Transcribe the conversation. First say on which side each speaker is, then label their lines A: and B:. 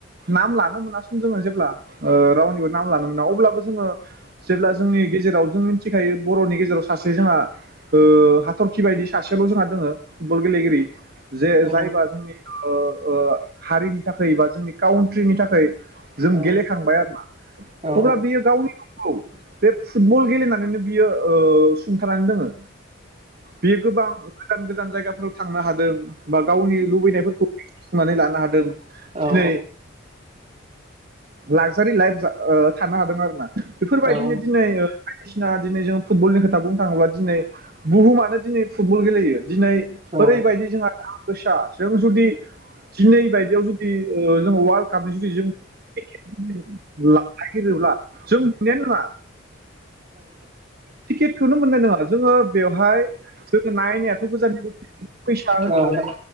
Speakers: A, on the right (about 50°); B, on the right (about 35°).
A: नाम लानो मोना सन जोङो जेब्ला ओ रावनिबो नाम लानो मोना अब्लाबो जोङो जेब्ला जोंनि गेजेराव जों मिथिखायो बर'नि गेजेराव सासे जोंहा ओ हाथरखि बायदि सासेल जोंहा दोङो फुटबल गेलेगिरि जे
B: औ
A: जायबा जोंनि ओ ओ हारिनि थाखाय बा जोंनि काउन्ट्रिनि थाखाय जों
B: औ
A: गेले थांबाय आरोमा
B: औ
A: अब्ला बियो गावनि औ बे फुटबल गेलेनानैनो बियो ओ सुंथानानै दोङो बे गोबां गोजान गोजान जायगाफोराव थांनो हादों बा गावनि लुबैनायफोरखौ बि सुफुंनानै लानो हादों
B: औ
A: दिनै लाक्जारि लाइफ जा ओ थानो हादों आरोना बेफोरबायदिनो
B: औ
A: दिनै ओ बायदिसिना दिनै जों फुटबलनि खोथा बुंनो थाङोब्ला दिनै बुहुमानो दिनै फुटबल गेलेयो। दिनै
B: औ
A: ओरैबायदि जोंहा फैसा जों जुदि दिनै बायदियाव जुदि ओ जों अवाल्ड कापनि जुदि जों ला नागिरोब्ला जों मोननायानो नङा टिकेटखौनो मोननाय नङा जोङो बे बेवहाय जो नायनायाथ गोजाननि फैसा होननानै
B: नोंथां औ नोंथां